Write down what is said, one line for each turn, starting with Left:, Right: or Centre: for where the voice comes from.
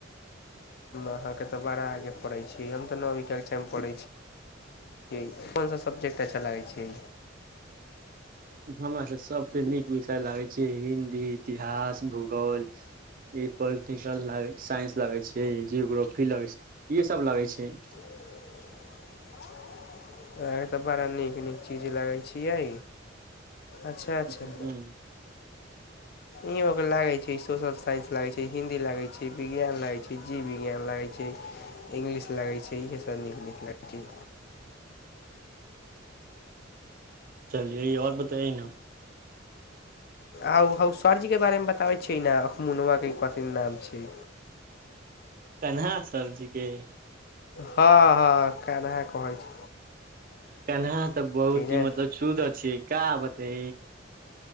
Left: अहाँके तऽ बड़ा आगे पढ़ैत छी हम तऽ नओ बाके टाइम पढ़ैत छी अपन सभ सबजेक्ट अच्छा लागै छै
Right: हमरास सभसँ नीक विषय लागै छै हिन्दी इतिहास भूगोल ई पोलिटिकल साइंस लगै छै जियोग्रोफी लगै छै इे सब लगै छै
Left: हँ <inaudible> अहके तऽ बड़ा नीक नीक चीज लगै छियै अच्छा अच्छा
Right: हूँ
Left: इ के लागे छै सोशल साइंस लागे छै हिन्दी लागे छै विज्ञान लागे छै जीव ज लै छै इंग्लिश लगै छै इ स न न लै छै
Right: चलि य ई आओर बताए न
Left: आउ हउ सरजीके बारेमे बताबै छियै ने अख मुनुआके कथिन नाम छै
Right: केना सरजी के
Left: हँ हँ केनाह कहल छी
Right: केनाह तऽ बहुत ही
Left: ने
Right: मतलब शूदह छियै का बते